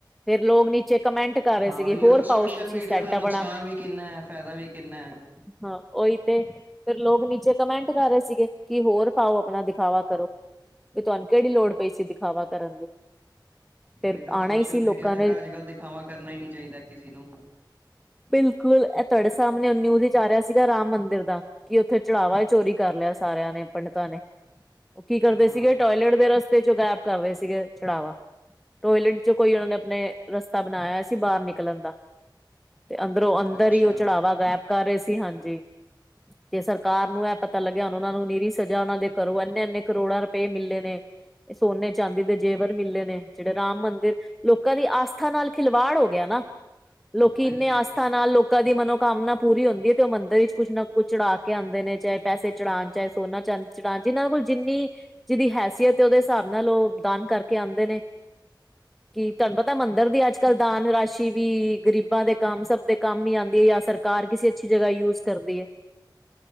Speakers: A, in the centre; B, on the right.
A: ਫੇਰ ਲੋਕ ਨੀਚੇ ਕਮੈਂਟ ਕਰ ਰਹੇ
B: ਹਾਂ
A: ਸੀਗੇ
B: ਉਹੀ
A: ਹੋਰ ਪਾਓ
B: ਸੋਸ਼ਲ
A: ਤੁਸੀਂ
B: ਮੀਡੀਆ
A: ਸੈੱਟ
B: ਦਾ ਨੁਕਸਾਨ
A: ਆਪਣਾ
B: ਵੀ ਕਿੰਨਾ ਹੈ ਫਾਇਦਾ ਵੀ ਕਿੰਨਾ ਹੈ।
A: ਹਾਂ ਉਓਹੀ ਤੇ ਫਿਰ ਲੋਕ ਨੀਚੇ ਕਮੈਂਟ ਕਰ ਰਹੇ ਸੀਗੇ ਕਿ ਹੋਰ ਪਾਓ ਆਪਣਾ ਦਿਖਾਵਾ ਕਰੋ ਵੀ ਤੁਹਾਨੂੰ ਕਿਹੜੀ ਲੋੜ ਪਈ ਸੀ ਦਿਖਾਵਾ ਕਰਨ ਦੀ। ਫੇਰ
B: ਉਹੀ ਤਾਂ
A: ਆਣਾ
B: ਸੋਸ਼ਲ
A: ਹੀ ਸੀ
B: ਮੀਡੀਆ
A: ਲੋਕਾਂ
B: ਤੇ
A: ਨੇ
B: ਤਾਂ ਅੱਜ ਕੱਲ੍ਹ ਦਿਖਾਵਾ ਕਰਨਾ ਹੀ ਨੀ ਚਾਹੀਦਾ ਕਿਸੇ ਨੂੰ।
A: ਬਿਲਕੁਲ ਇਹ ਤੁਹਾਡੇ ਸਾਹਮਣੇ ਉਹ ਨਿਊਜ਼ ਚ ਆ ਰਿਹਾ ਸੀਗਾ ਰਾਮ ਮੰਦਿਰ ਦਾ ਕਿ ਉੱਥੇ ਚੜਾਵਾ ਚੋਰੀ ਕਰ ਲਿਆ ਸਾਰਿਆਂ ਨੇ ਪੰਡਿਤਾਂ ਨੇ। ਕੀ ਕਰਦੇ
B: ਹਾਂ,
A: ਸੀਗੇ ਟੋਇਲੇਟ ਦੇ ਰਸਤੇ ਚੋਂ ਗਾਇਬ ਕਰ ਰਹੇ ਸੀਗੇ ਚੜਾਵਾ ਟੋਇਲੇਟ ਚ ਕੋਈ ਉਹਨਾਂ ਨੇ ਆਪਣੇ ਰਸਤਾ ਬਣਾਇਆ ਸੀ ਬਾਹਰ ਨਿਕਲਣ ਦਾ ਤੇ ਅੰਦਰੋਂ ਅੰਦਰ
B: ਅੱਛਾ
A: ਹੀ ਉਹ ਚੜਾਵਾ ਗਾਇਬ ਕਰ ਰਹੇ ਸੀ ਹਾਂਜੀ ਤੇ ਸਰਕਾਰ ਨੂੰ ਇਹ ਪਤਾ ਲੱਗਿਆ ਹੁਣ ਉਹਨਾਂ ਨੂੰ ਨੀਰੀ ਸਜ਼ਾ ਉਹਨਾਂ ਦੇ ਘਰੋਂ ਇੰਨੇ-ਇੰਨੇ ਕਰੋੜਾਂ ਰੁਪਏ ਮਿਲੇ ਨੇ ਇਹ ਸੋਨੇ ਚਾਂਦੀ ਦੇ ਜੇਵਰ ਮਿਲੇ ਨੇ ਜਿਹੜੇ ਰਾਮ ਮੰਦਿਰ ਲੋਕਾਂ ਦੀ ਆਸਥਾ ਨਾਲ ਖਿਲਵਾੜ ਹੋ ਗਿਆ ਨਾ ਕਿੰਨੇ
B: ਹਾਂਜੀ।
A: ਆਸਥਾ ਨਾਲ ਲੋਕ ਕਦੀ ਮਨੋਕਾਮਨਾ ਪੂਰੀ ਹੁੰਦੀ ਹੈ ਤੇ ਉਹ ਮੰਦਿਰ ਵਿੱਚ ਕੁਛ ਨਾ ਕੁਛ ਚੜਾ ਕੇ ਆਂਦੇ ਨੇ ਚਾਹੇ ਪੈਸੇ ਚੜਾਉਣ ਚਾਹੇ ਸੋਨਾ ਚਾਂ ੜ ਜਿਹਨਾਂ ਕੋਲ ਜਿੰਨੀ ਜਿਹਦੀ ਹੈਸੀਅਤ ਉਹਦੇ ਹਿਸਾਬ ਨਾਲ ਉਹ ਦਾਨ ਕਰਕੇ ਆਉਂਦੇ ਨੇ ਕਿ ਤੁਹਾਨੂੰ ਪਤਾ ਮੰਦ ਇੱਰ ਦੀ ਅੱਜ ਕੱਲ੍ਹ ਦਾਨ ਰਾਸ਼ੀ ਵੀ ਗ਼ਰੀਬੀ ਦੇ ਕੰਮ ਸਭ ਦੇ ਕੰਮ ਹੀ ਆਉਂਦੀ ਹੈ ਜਾਂ ਸਰਕਾਰ ਕਿਸੇ ਅੱਛੀ ਜਗ੍ਹਾ ਯੂਜ ਕਰਦੀ ਹੈ